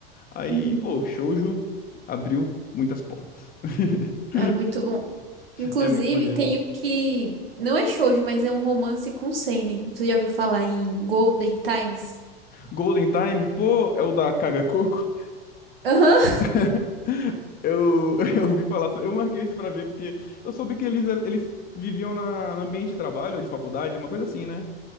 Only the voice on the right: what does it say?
Uhum.
É muito bom. Inclusive,
tem um que não é shoujo, mas é um romance com seinen. Você já ouviu falar em Golden Times?
Aham.